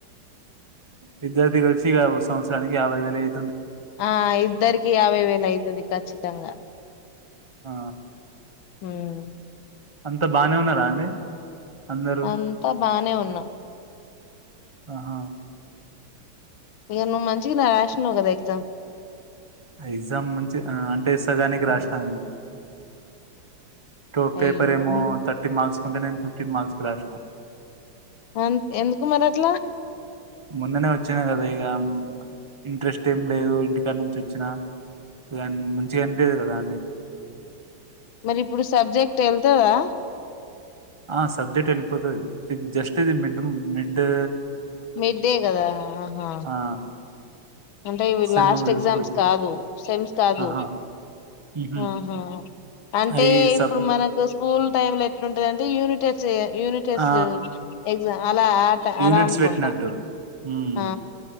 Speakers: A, on the right (about 20°); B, on the left (about 85°).
A: విద్యార్థిగా వచ్చిగ సంవత్సరానికి యాభైవేలు అయి
B: ఆ ఇద్దరికి యాభైవేలు అయి తది ఖచ్చితంగా.
A: ఆ
B: హ్మ్.
A: అంతా బానే ఉన్నారా అండి. అందరూ
B: అంతా బానే ఉ ఉన్నాం
A: ఆహా
B: ఇక నువ్వు మంచిగనే రాసినవు కదా ఎగ్జామ్
A: ఎగ్జామ్ మంచి అంటే సగానికి రాసినాను టూ
B: అయ్యో
A: పేపర్ ఏమో thirty marks twenty nine fifteen marks కి రాసిన
B: అం ఎందుకు మరి అట్లా
A: ముందునే వచ్చిన కదా ఇగ ఇంట్రెస్ట్ ఏమి లేదు, ఇంటికాడ నుంచి వచ్చినా ఇగ మంచిగా అనిపియదు కదా అండి
B: మరి ఇప్పుడు సబ్జెక్ట్ వెళ్తదా
A: ఆ సబ్జెక్ట్ ఎల్లిపోతుది ఇది జస్ట్ ఇది మిడ్ మిడ్డూ
B: మిడ్డే కదా ఆహా
A: ఆ
B: అంటే ఇవి
A: సెమ్
B: లాస్ట్
A: చూసుకోవచ్చు
B: ఎగ్జామ్స్ కాదు సెమ్స్ కాదు,
A: ఆహా ఉహు
B: ఆహ అంటే
A: అయి సబ్
B: ఇప్పుడు మనకోసు స్కూల్ టైమ్ లో ఎట్లుంద అంటే యూనిట్ టెస్టే యూనిట్ టెస్ట్
A: ఆ
B: ఎగ్జామ్ అలా ఆట అలా
A: యూనిట్స్
B: అనుకుంటా
A: పెట్టినట్టు ఉమ్
B: ఆ